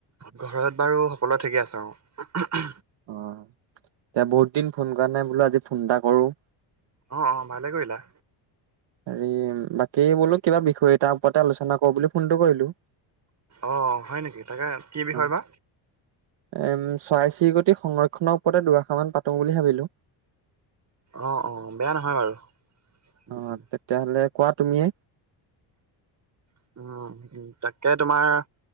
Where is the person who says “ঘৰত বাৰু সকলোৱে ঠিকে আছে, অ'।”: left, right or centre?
Right